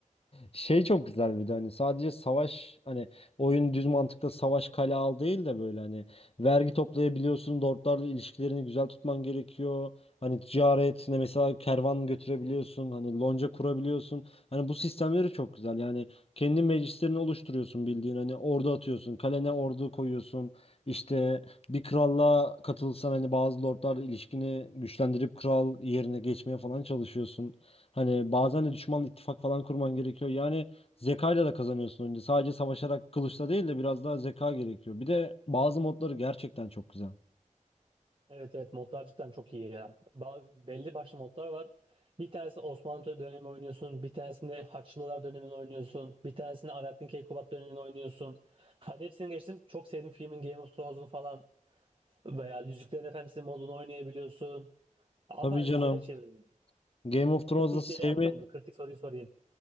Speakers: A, on the left (about 50°); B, on the right (about 40°).
A: Şey çok güzel bir de hani sadece savaş hani oyun düz mantıkta savaş kale al değil de böyle hani vergi toplayabiliyorsun, lordlarla ilişkilerini güzel tutman gerekiyor. Hani ticaret ne mesela kervan götürebiliyorsun, hani lonca kurabiliyorsun. Hani bu sistemleri çok güzel. Yani kendi meclislerini oluşturuyorsun bildiğin hani ordu atıyorsun, kalene ordu koyuyorsun. İşte bir kralla katılsan hani bazı lordlarla ilişkini güçlendirip kral yerine geçmeye falan çalışıyorsun. Hani bazen de düşmanla ittifak falan kurman gerekiyor. Yani zekayla da kazanıyorsun önce. Sadece savaşarak kılıçla değil de biraz daha zeka gerekiyor. Bir de bazı modları gerçekten çok güzel.
B: Evet evet modlar cidden çok iyi ya. Bazı, belli başlı modlar var. Bir tanesi Osmanlı dönemi oynuyorsun. Bir tanesinde Haçlılar dönemini oynuyorsun. Bir tanesinde Alaaddin Keykubat dönemini oynuyorsun. Hadi hepsini geçtim. Çok sevdiğim filmin Game of Thrones'un falan. Veya Yüzüklerin Efendisi modunu oynayabiliyorsun. Apayrı
A: Tabii canım.
B: bir seviye çevirmeli.
A: Game of Thrones'da
B: Peki hiç
A: sevme
B: hile yaptın mı? Kritik soruyu sorayım.